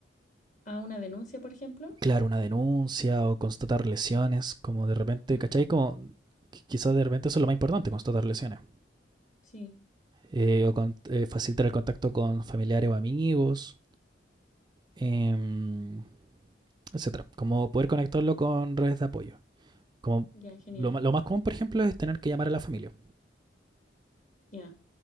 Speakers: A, on the left; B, on the right.
A: a una denuncia, por ejemplo.
B: claro, una denuncia o constatar lesiones, como de repente,
A: Ujú,
B: ¿cachai? Como quizás de repente eso es lo más importante, constatar lesiones,
A: Sí,
B: eh, o con, eh, facilitar el contacto con familiares o amigos, eh, etcétera, como poder conectarlo con redes de apoyo. Como
A: ya, genial,
B: lo, lo más común, por ejemplo, es tener que llamar a la familia.
A: ya.